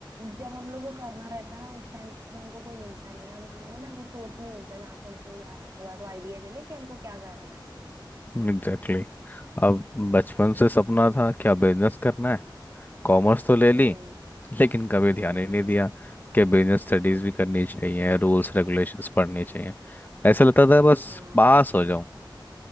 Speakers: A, on the right; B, on the left.
A: जब हम लोग को करना रहता है ना उस टाइम पे हमको कोई मिलता नहीं है हमको वो ना वो सोर्स नहीं मिलता जहाँ से हमको यार थोड़ा तो आइडिया चले कि हमको क्या करना है
B: Exactly exactly. अब बचपन से सपना था क्या बिजनेस करना है कॉमर्स तो ले
A: हम्म
B: ली लेकिन कभी ध्यान
A: हम्म
B: ही नहीं दिया कि बिजनेस स्टडीज भी करनी चाहिए रूल्स रेगुलेशंस पढ़नी चाहिए ऐसा लगता था बस
A: हाँ
B: पास हो